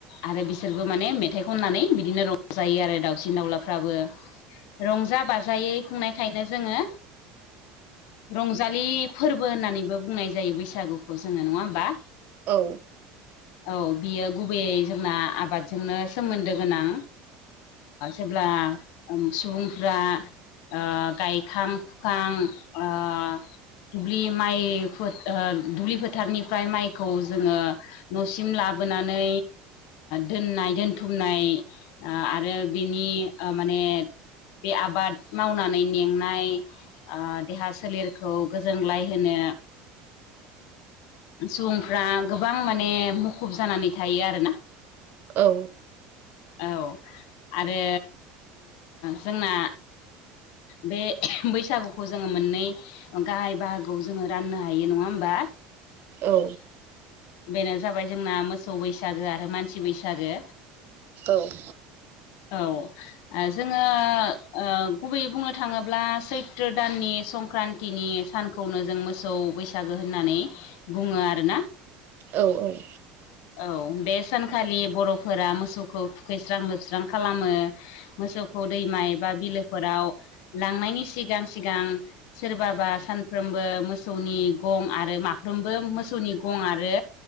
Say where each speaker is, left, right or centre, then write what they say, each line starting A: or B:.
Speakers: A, on the left (about 70°); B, on the right (about 55°).
A: आरो बिसोरबो माने मेथाइ खननानै बिदिनो रंजायो आरो दाउसिन दाउलाफ्राबो रंजा बाजायै खुंनायखायनो जोङो रंजालि फोरबो होननानैबो बुंनाय जायो बैसागुखौ जोङो नङा होमबा
B: औ
A: औ बियो गुबैयै जोंना आबादजोंनो सोमोन्दो गोनां जेब्ला सुबुंफ्रा ओ गायखां फुखां ओ दुब्लि माइ दुब्लि फोथारनिफ्राय माइखौ जोङो न'सिम लाबोनानै दोननाय दोनथुमनाय आरो बिनि माने बे आबाद मावनानै मेंनाय देहा सोलेरखौ गोजोनलाय होनो सुबुंफ्रा गोबां माने मुखुब जानानै थायो आरोना
B: औ
A: औ आरो जोंना बे बैसागुखौ जोङो मोननै गाहाय बाहागोआव जोङो राननो हायो नङा होमबा?
B: औ
A: बेनो जाबाय जोंना मोसौ बैसागो आरो मानसि बैसागो।
B: औ <inaudible>
A: औ जोङो ओ गुबैयै बुंनो थाङोब्ला सैथ्र दाननि संक्रान्तिनि सानखौनो जों मोसौ बैसागो होननानै बुङो आरोना
B: औ औ
A: औ बे सानखालि बर'फोरा मोसौखौ थुखैस्रां लोबस्रां खालामो मोसौखौ दैमा बबा बिलोफोराव लांनायनि सिगां सिगां सोरबाबा सानफ्रोमबो मोसौनि गं आरो माफ्रोमबो मोसौनि गं आरो